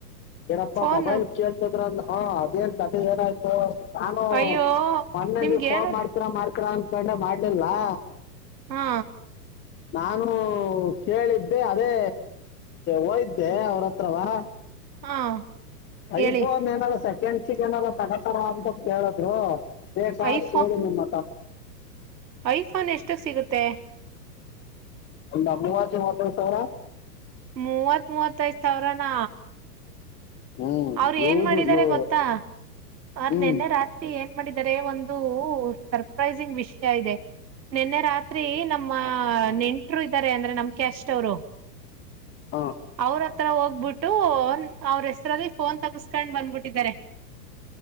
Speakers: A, on the left; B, on the right.
A: ಏನಪ್ಪಾ
B: ಫೋನು
A: ಮೊಬೈಲ್ ಕೇಳ್ತದ್ರಲ್ಲ ಹಾ ಅದೇನ್ ಕತೆ ಏನಾಯ್ತು ನಾನು
B: ಅಯ್ಯೋ
A: ಒಂದಲ್ಲಿ
B: ನಿಮ್ಗೆ
A: ಫೋನ್
B: ಹೇಳ
A: ಮಾಡ್ತೀರ ಮಾಡ್ ಕ್ರಾಂತಿ ೊಂಡ ಮಾಡ್ಲಲ್ವಾ
B: ಹಾ
A: ನಾನು ಕೇಳಿದ್ದೆ ಅದೇ ಹಯ್ದೆ ಅವ್ರತ್ರವಾ
B: ಹಾ ಹೇಳಿ
A: ಯಫ ನೇನ ಸಾ ಕೆಣಸಿ ಜನ ಸಕತರ ಅಂತ ಕೇಳಿದ್ರು ಹೇ ಸಾ
B: ಐಫೋನ್
A: ಕೋ ಮ ಮಾತಾ
B: ಐಫೋನ್ ಎಷ್ಟಕ್ ಸಿಗುತ್ತೆ
A: ಇಲ್ಲ ಮೂವತ್ತು ಮೂವತ್ತು ಸಾವಿರ
B: ಮೂವತ್ ಮೂವತ್ತೈದ್ ಸಾವಿರಾನ
A: ಹ್ಮ್
B: ಅವರು
A: ಯೂಸ್
B: ಏನ್ ಮಾಡಿದಿದ್ದಾರೆ
A: ಯೂ
B: ಗೊತ್ತಾ ಅವ್ರ
A: ಹ್ಮ್
B: ನಿೆನ್ನೆ ರಾತ್ರಿ ಏನ್ ಮಾಡಿದರೆ ಒಂದು ಸರ್ಪ್ರೈಸಿಂಗ್ ವಿಷಯ ಇದೆ ನಿನ್ನೆ ರಾತ್ರಿ ತ್ರಿ ನಮ್ಮ ನೆಂಟರು ಇದ್ದಾರೆ ಅಂದ್ರೆ ನಮ್ಕ ಕ್ಯಾಸ್ಟ್ ಅವರು
A: ಹಾ
B: ಅವ್ರತ್ರ ಹೋಗ್ಬಿಟ್ಟು ಅವರ ಹೆಸರಲ್ಲಿ ಫೋನ್ ತಗಸ್ಕೊಂಡ್ ಬಂದ್ಬಿಟ್ಟಿದ್ದಾರೆ